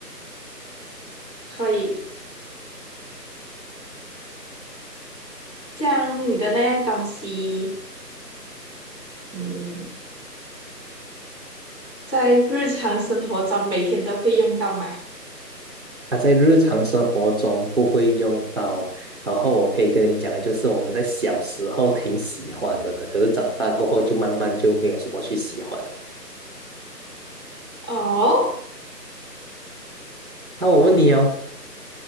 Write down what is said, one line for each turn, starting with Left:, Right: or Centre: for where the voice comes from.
Left: 可以。这样你的那样东西，嗯，在日常生活中每天都会用到吗？
Right: 它在日常生活中不会用到，然后我可以跟你讲，就是我们在小时候挺喜欢的，可是长大过后就慢慢就没有什么去喜欢了。
Left: 哦
Right: 那我问你哦，